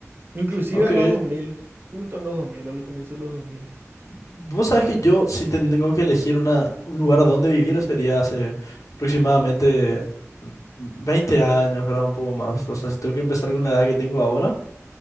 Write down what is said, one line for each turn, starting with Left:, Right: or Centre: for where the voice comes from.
Right: inclusive
Left: Ok.
Right: a los 2000 justo en los 2000 a los comienzos de los 2000.
Left: Vos sabés que yo, si tengo que elegir una, un lugar donde vivir, sería hace aproximadamente 20 años, ¿verdad? Un poco más. O sea, si tengo que empezar con la edad que tengo ahora,